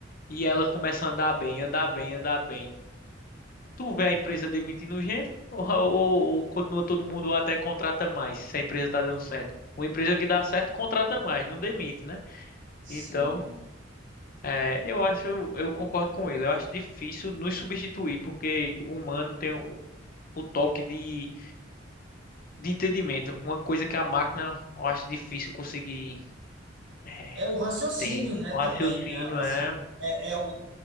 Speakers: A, on the left (about 50°); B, on the right (about 70°).
A: e ela começa a andar bem, andar bem, andar bem. tu vê a empresa demitindo gente ou, ou- ou continua todo mundo ou até contrata mais, se a empresa tá dando
B: aham.
A: certo. Uma empresa que dá certo contrata mais, não demite, né?
B: Sim.
A: Então, é, eu acho, eu concordo com ele. Eu acho difícil nos substituir, porque o humano tem o, o toque de, de entendimento. Uma coisa que a máquina, eu acho difícil conseguir. É,
B: É o raciocínio, né,
A: o
B: também,
A: raciocínio
B: né? Assim,
A: é.
B: é, é o,